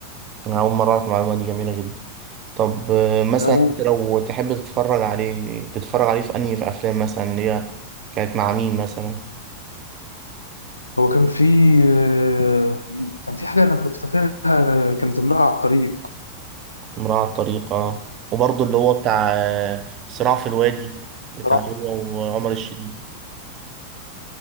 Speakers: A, on the right; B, on the left.
A: انا اول مره اعرف المعلومه دي جميله جدا طب آه، مثلا
B: آه،
A: انت لو تحب تتفرج عليه تتفرج عليه في انهي في افلام مثلا اللي هي كانت مع مين مثلا
B: هو كان في آه، كان في حاجه انا كنت فاكرها آه، كانت امراه على الطريق
A: امرأة على الطريق اه وبرضه اللي هو بتاع آه، صراع في الوادي بتاع
B: صراحة.
A: هو وعمر الشريف